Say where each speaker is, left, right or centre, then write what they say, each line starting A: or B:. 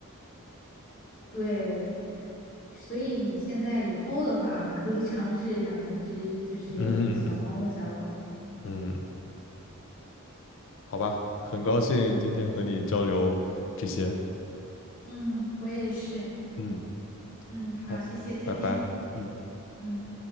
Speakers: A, on the left (about 40°); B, on the left (about 60°).
A: 对，所以你现在以后的话，可以尝试养一只就是小猫或小狗。
B: <laughs> 嗯嗯，好吧，很高兴今天和你交流这些，
A: 嗯，我也是。
B: 嗯。
A: 嗯，好，
B: 好，
A: 谢谢，再见。
B: 拜拜。嗯。
A: 嗯。